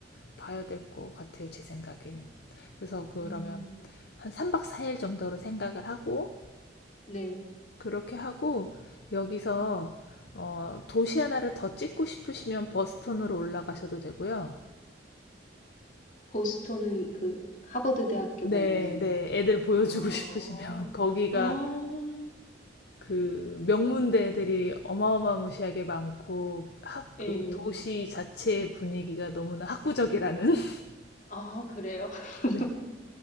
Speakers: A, on the left; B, on the left.
A: 봐야 될 것 같아요, 제 생각에는. 그래서 그러면
B: 음.
A: 한 3박 4일 정도로 생각을 하고,
B: 네.
A: 그렇게 하고 여기서 어, 도시 하나를 더 찍고 싶으시면 버스턴으로 올라가셔도 되고요.
B: 보스턴은 그 하버드 대학교가
A: 네,
B: 있는
A: 네. 애들 보여주고
B: 아.
A: 싶으시면 <laughs> 거기가
B: 아.
A: 그 명문대 애들이 어마어마무시하게 많고 학, 그
B: 예.
A: 도시 자체의 분위기가 너무나 학구적이라는 <laughs>
B: 아 그래요? <laughs>
A: 네.